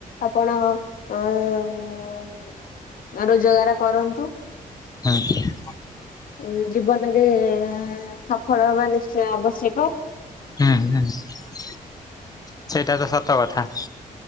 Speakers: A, on the left (about 70°); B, on the left (about 25°).
A: ଆପଣ ଅ, ରୋଜଗାର କରନ୍ତୁ।
B: ହଁ <inaudible>
A: ଏଇ ଜୀବନରେ ସଫଳ ହବା ନିଶ୍ଚୟ ଆବଶ୍ୟକ।
B: ହୁଁ, ହୁଁ ସେଇଟା ତ ସତ କଥା।